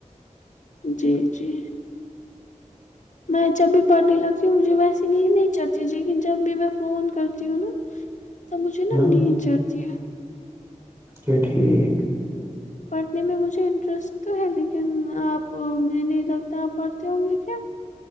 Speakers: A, on the left (about 70°); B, on the right (about 25°).
A: جی جی میں جب بھی پڑھنے لگتی ہوں مجھے ویسی ند نہیں چڑھتی لیکن جب بھی میں فون کرتی ہوں نا تو مجھے
B: ہاں
A: نا نیچ <inaudible>
B: اچھا ٹھیک
A: پڑھنے میں مجھے انٹرسٹ تو ہے لیکن آپ مجھے نہیں لگتا آپ پڑھتے ہوں گے کیا